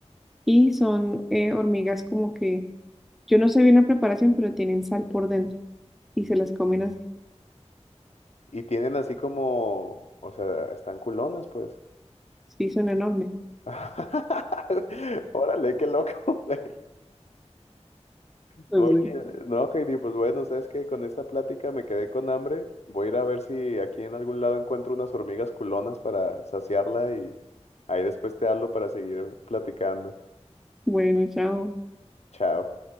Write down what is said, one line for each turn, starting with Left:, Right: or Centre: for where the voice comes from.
Centre: y son eh, hormigas como que, yo no sé bien la preparación, pero tienen sal por dentro y se las comen así.
Left: Y tienen así como, o sea, están culonas, pues.
Centre: Sí, son enormes.
Left: <laughs> Órale, qué loco, <laughs> güey.
Centre: <laughs>
Left: Oye,
Centre: No sé.
Left: no, Heidi, pues bueno, ¿sabes qué? Con esta plática me quedé con hambre. Voy a ir a ver si aquí en algún lado encuentro unas hormigas culonas para saciarla y ahí después te hablo para seguir platicando.
Centre: Bueno, chao.
Left: Chao.